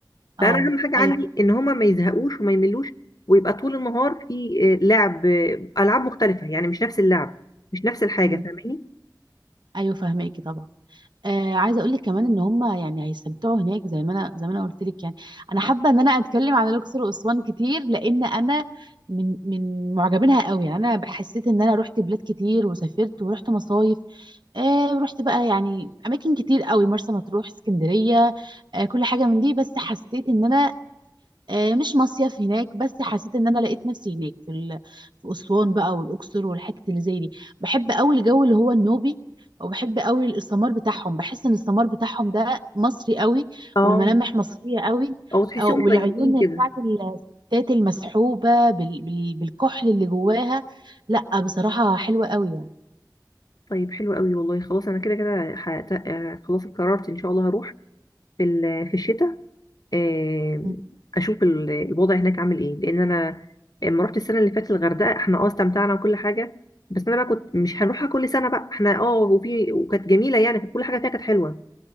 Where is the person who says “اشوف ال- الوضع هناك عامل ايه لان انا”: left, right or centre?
Left